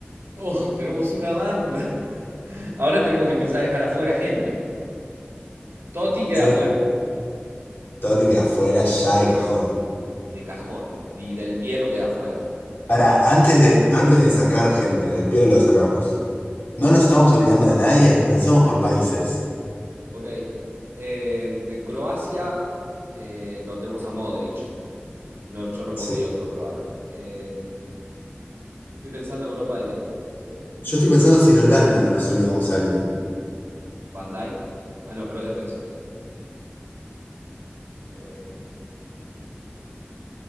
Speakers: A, on the right; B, on the left.
A: Oh, tenemos una banda. <laughs> Ahora tenemos que empezar a dejar afuera gente. Totti queda
B: En
A: afuera.
B: el Totti queda afuera ya de cajón.
A: De cajón. Y Del Piero queda afuera también.
B: Pará, antes de, antes de sacar gente, del Piero lo sacamos. No nos estamos olvidando de nadie, pensemos por países.
A: Ok. Eh, de Croacia eh, lo tenemos a Modric. No, yo no
B: Sí.
A: pondría otro croata. Eh, estoy pensando en Europa del Este. ¿sí?
B: Yo estoy pensando si en Holanda no nos olvidamos a alguien.
A: Van Dijk, Ah, no, pero es defensor. Eh,